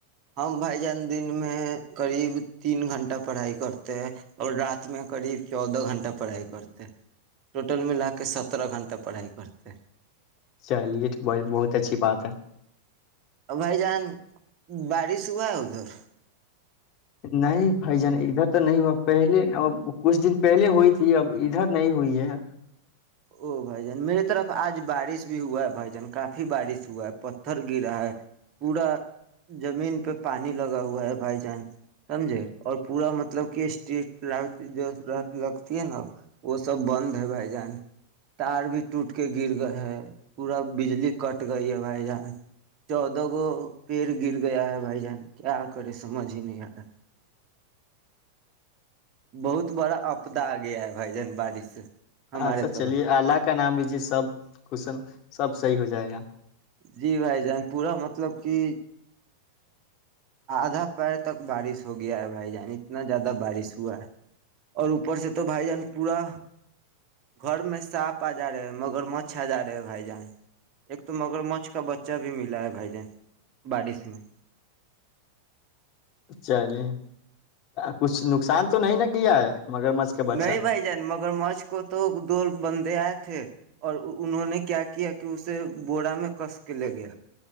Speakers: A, on the right; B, on the left.
A: ہم بھائی جان دن میں قریب تین گھٹہ پڑھائی کرتے ہیں اور رات میں قریب چودہ گھنٹہ پڑھائی کرتے ٹوٹل ملا کے سترہ گھنٹہ پڑھائی کرتے
B: چلیے ب بہت اچھی بات ہے
A: اور بھائی جان بارش ہوا ہے ادھر
B: نہیں بائی جان تو نہیں ہوا پہلے ا کچھ دن پہلے ہوئی تھی اب ادھر نہیں ہوئی ہے
A: او بھائی جان میرے طرف آج بارش بھی ہوا ہے بھائی جان کافی بارش ہوا ہے پتھر گرا ہے پورا زمین پہ پانی لگا ہوا ہے بھائی جان سمجھے اور پورا مطلب کہ اسٹٹ ر جو رہ لگتی ہے نا وہ سب بند ہے بھائی جان تار بھی ٹوٹ کے گر گئے ہے پورا بجلی کٹ گئی ہے بھائی جان چودودہ گو پیڑ گر گیا ہے بھائی جان کیا کرے سمجھ ہی نہیں آ رہا بہت بڑا اپ سپدہ آ گیا ہے بھائی جان بارش سے ہاں مار
B: اچھا چلیے
A: طور
B: اللہ کا نام لیجیے سب صحیح ہو جائے گا
A: جی بھای جان پورا مطلب کہ ادھا پیر تک بارش ہو گیا ہے بھای جان اتنا زیادہ بارش ہوا ہے اور اوپر سے تو بھای جان پورا گھر میں ساپ ا جا رہے مگرمچھ ا جا رہے ہے بھای جان ایک تو مگرمچھ کا بچہ بھی ملا ہے بھای جان بارش میں
B: چلیے کچھ نقصان تو نہیں نا کیا ہے مگر مچھ کا بچہ
A: نہیں بھای جان مگرمچھ کو تو دو بندے آئے تھے اور انہوں نے کیا کیا کہ اسے بورا میں کس کے لے گیا